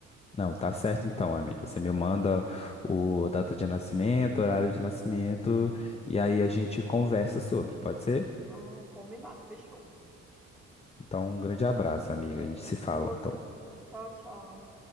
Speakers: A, on the left; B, in the centre.
A: Não, tá certo então, amiga. Você me manda o data de nascimento, horário de nascimento, e aí a gente conversa sobre, pode ser?
B: Ah, combinado, fechou.
A: Então, um grande abraço, amiga. A gente se fala.
B: Outro.
A: Então,
B: Tchau, tchau.